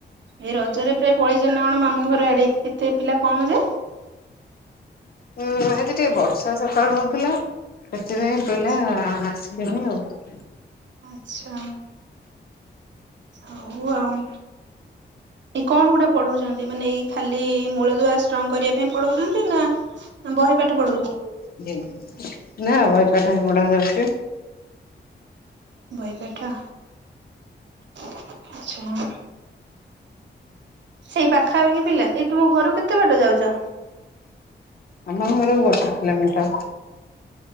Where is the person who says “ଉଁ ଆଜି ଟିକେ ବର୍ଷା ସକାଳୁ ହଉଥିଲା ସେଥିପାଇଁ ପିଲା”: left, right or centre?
Left